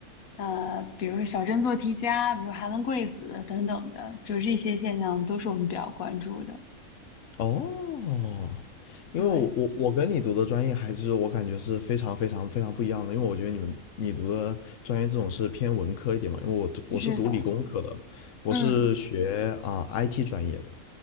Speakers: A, on the left; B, on the left.
A: 呃，比如说小镇做题家，比如寒门贵子等等的，就是这些现象都是我们比较关注的。
B: 哦，因为我我我跟你读的专业还是我感觉是非常非常非常不一样的，
A: 对，
B: 因为我觉得你们你读的专业这种是偏文科一点嘛，因为我读我是读理工科的，
A: 是的，
B: 我是学啊、
A: 嗯，
B: IT 专业的。